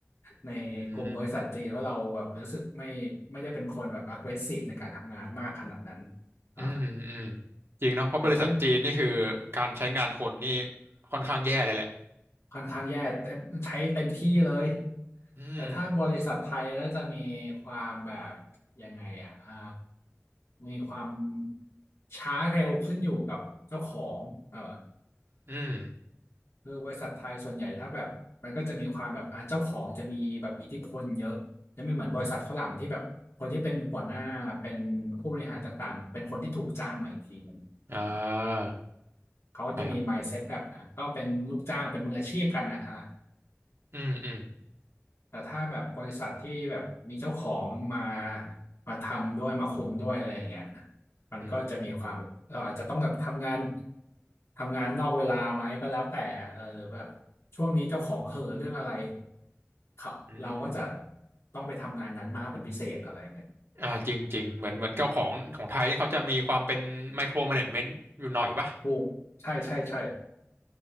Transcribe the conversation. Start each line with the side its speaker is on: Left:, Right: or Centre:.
Left: ในกลุ่มบริษัทจีนเพราะเราแบบรู้สึกไม่ไม่ได้เป็นคนแบบ
Right: อืม
Left: aggressive ในการทำงานมากขนาดนั้นอ่า
Right: อืมอืมจริงเนาะเพราะบริษัทจีนนี่คือการใช้งานคนนี่
Left: แต่ถ้า
Right: ค่อนข้างแย่เลยแหละ
Left: ค่อนข้างแย่เต็มใช้เต็มที่เลย
Right: อืม
Left: แต่ถ้าบริษัทไทยก็จะมีความแบบยังไงอ่ะอ่ามีความช้าเร็วขึ้นอยู่กับเจ้าของเออ
Right: อืม
Left: คือบริษัทไทยส่วนใหญ่ถ้าแบบมันก็จะมีความแบบอ่ะเจ้าของจะมีแบบอิทธิพลเยอะจะไม่เหมือนบริษัทฝรั่งที่แบบคนที่เป็นหัวหน้าเป็นผู้บริหารต่างๆเป็นคนที่ถูกจ้างมาอีกทีนึงอ่ะ
Right: อ่า
Left: เขาจะมี
Right: อ่า
Left: mindset แบบอ่ะก็เป็นลูกจ้างเป็นมืออาชีพกันนะอ่ะ
Right: อืมอืม
Left: แต่ถ้าแบบบริษัทที่แบบมีเจ้าของมามาทำด้วยมาคุมด้วยอะไรอย่างเงี้ยมันก็จะมีความแบบเราอาจจะต้องแบบทำงาน
Right: อืม
Left: ทำงานนอกเวลาไหมก็แล้วแต่เออหรือแบบช่วงนี้เจ้าของเห่อเรื่องอะไรเขาเราก็จะ
Right: อืม
Left: ต้องไปทำงานนั้นมากเป็นพิเศษอะไรอย่างเงี้ย
Right: อ่าจริงจริงเหมือนเหมือนเจ้าของของไทยนี่เขาจะมีความเป็นไมโคร m ม n a g เมนต์อยู่หน่อยป่ะ
Left: ถูกใช่ใช่ใช่